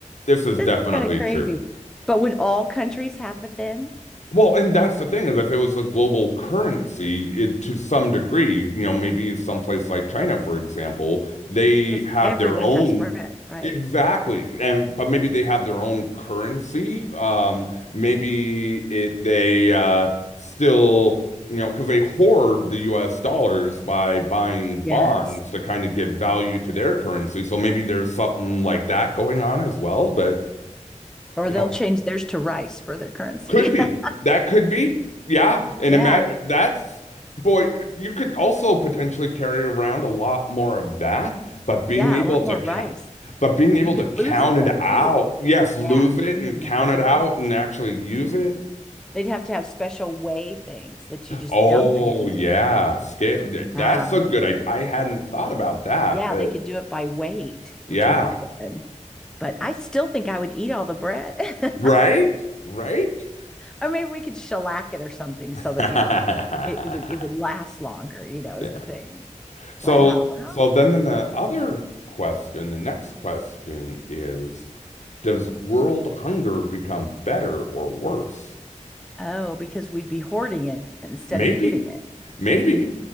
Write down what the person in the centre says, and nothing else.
This
is kind of crazy.
But would all countries have it then?
Because
everyone
has bread, right?
Yes.
Or
they'll
change theirs to rice for their currency.
<laughs>
Yeah.
Yeah.
A lot
more rice.
You could
lose it
though, too,
would be.
Yeah.
Can
you imagine?
They'd have to have special weigh things that you just
dump it into.
Wow.
Yeah.
They could do it by weight, which
would be good. But I still think I would eat all the bread. <laughs>
Or maybe we could shellac it or something so
that, you know, it, it would it would last longer, you know, is
the thing.
Wow. Well,
Oh, because we'd be hoarding it instead
of giving it.